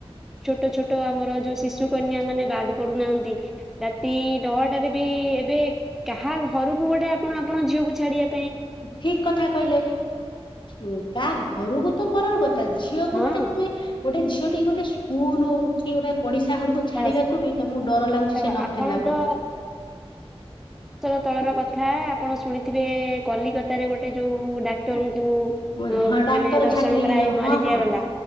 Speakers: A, in the centre; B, on the left (about 50°).
A: ଛୋଟ ଛୋଟ ଆମର ଯୋଉ ଶିଶୁ ଶିଶୁ କନ୍ୟା ମାନେ ବାଦ୍ ପଡୁନାହାନ୍ତି ରାତି ନଅଟାରେ ଜଦି ଏବେ କାହା ଘରକୁ ଗୋଟେପଣ ଆପଣ ଝିଅ କୁ ଛାଡିଆ
B: ଠିକ କଥା କହିଲେ ଉ ତା ଘରକୁ ତ ପରର କଥା ଝିଅକୁ
A: ହଁ
B: ଗୋଟେ ତୁମେ ଗୋଟେ ଝିଅ ଟେ ଗୋଟେ ସ୍କୁଲୁ କି ଗୋଟେ ପଡିଶା ଘରକୁ ଛାଡିବାକୁ
A: ବାସ୍
B: ବି ତମକୁ ଡର ଲାଗୁଛି
A: ଧର
B: ସେ ନ
A: ଆପଣ
B: ଫେରିଲା
A: ତ
B: ପର୍ଯ୍ୟନ୍ତ।
A: ସ୍ଥଳର କଥା ଆପଣ ଶୁଣିଥିବେ କଲିକତାରେ ଗୋଟେ ଯୋଉ ଡାକ୍ତର କୁ
B: ମୁଁ
A: ଅ
B: ହଁ ଡାକ୍ତର
A: ମାନେ ଦର୍ଶଣ
B: ଛାତ୍ରୀ
A: କରା
B: ଯୋଉ
A: ହେଇ ମାରି
B: ହଁ
A: ଦିଆଗଲା।
B: ହଁ